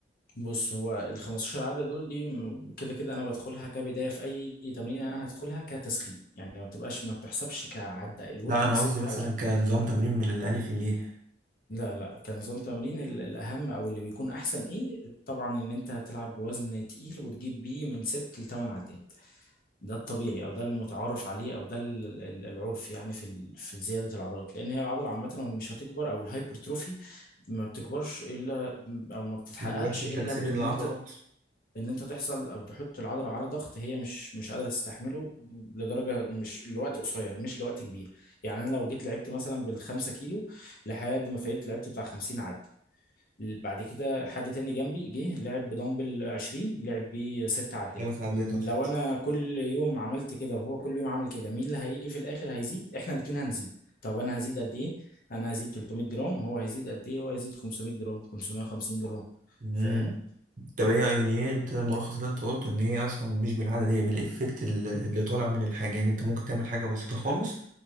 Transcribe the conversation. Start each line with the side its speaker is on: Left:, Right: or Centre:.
Left: بص هو ال 15 عدة دول دي م- كده كده انا بدخلها كبداية في اي تمرين انا هدخلها كتسخين يعني ما بتبقاش ما بتحسبش كعدة الوركينج
Right: لا انا
Left: سيت
Right: قصدي مثلا
Left: او
Right: كنظام تمرين من الالف لليه
Left: لا لا كنظام تمرين ال- الاهم او اللي بيكون احسن ايه طبعا ان انت هتلعب بوزن تقيل وتجيب بيه من ست لتمن عدات ده الطبيعي او ده المتعارف عليه او ده ال- ال- العرف يعني في ال- في زيادة العضلات لان هي العضلة عامة مش هتكبر او الهايبرتروفي ما بتكبرش الا او ما بتتحققش
Right: لما بيحصل
Left: الا
Right: تكسير
Left: بان
Right: للعضلات
Left: انت ان انت تحصل او تحط العضله على ضغط هي مش مش قادره تستحمله لدرجه مش لوقت قصير مش لوقت كبير يعني انا لو جيت لعبت مثلا بالخمسة كيلو لحد ما فايلت لعبت بتاع 50 عد بعد كده حد تاني جنبي جه لعب بدمبل 20 لعب بيه ست عدات
Right: خمس عدات
Left: م،
Right: او
Left: لو
Right: ستة
Left: انا كل يوم عملت كده وهو كل يوم عمل كده مين اللي هيجي في الاخر هيزيد احنا الاتنين هنزيد طب انا هزيد قد ايه انا هزيد 300 جرام هو هيزيد قد ايه هو هيزيد 500 جرام 550 جرام
Right: امم
Left: فاهم
Right: طب هي يعني ايه انت الملخص اللي انت قلته ان هي اصلا مش بالعدد هي بالافكت ال- اللي طالع من الحاجه يعني انت ممكن تعمل حاجه بسيطه خالص